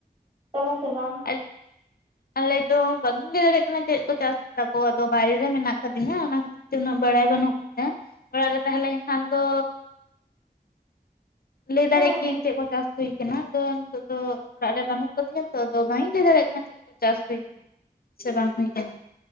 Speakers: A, on the right; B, on the left.
A: ᱠᱟᱫᱟ ᱥᱮ ᱵᱟᱝ?
B: <inaudible> ᱟᱞᱮ ᱫᱚ ᱵᱟᱧ ᱞᱟᱹᱭ ᱫᱟᱲᱮᱭᱟᱜ ᱠᱟᱱᱟ ᱪᱮᱫ ᱠᱚ ᱪᱟᱥ ᱠᱟᱫᱟ ᱠᱚ ᱟᱫᱚ ᱵᱟᱭᱨᱮ ᱨᱮ ᱢᱮᱱᱟᱜ ᱟᱠᱟᱫᱤᱧᱟ ᱚᱱᱟ ᱠᱷᱟᱹᱛᱤᱨ ᱛᱮ ᱩᱱᱟᱹᱜ ᱵᱟᱲᱟᱭ ᱵᱟᱹᱱᱩᱜ ᱛᱤᱧᱟ ᱚᱲᱟᱜ ᱨᱮ ᱛᱟᱦᱮᱸ ᱞᱮᱱ ᱠᱷᱟᱱ ᱫᱚ ᱞᱟᱹᱭ
A: ᱦᱮᱸ
B: ᱫᱟᱲᱮ ᱠᱤᱭᱟᱹᱧ
A: ᱵᱩᱡ
B: ᱪᱮᱫ ᱠᱚ ᱪᱟᱥ ᱦᱩᱭ ᱟᱠᱟᱱᱟ ᱫᱚ ᱱᱤᱛᱚᱜ ᱫᱚ ᱚᱲᱟᱜ ᱨᱮ ᱵᱟᱹᱱᱩᱜ ᱠᱟᱫᱤᱧᱟ ᱛᱚ ᱟᱫᱚ ᱵᱟᱝ ᱤᱧ ᱞᱟᱹᱭ ᱫᱟᱲᱮᱭᱟᱜ ᱠᱟᱱᱟ ᱪᱮᱫ ᱠᱚ ᱪᱟᱥ ᱦᱩᱭ ᱠᱟᱱᱟ᱾ ᱪᱮ ᱵᱟᱝ ᱦᱩᱭ ᱠᱟᱱᱟ,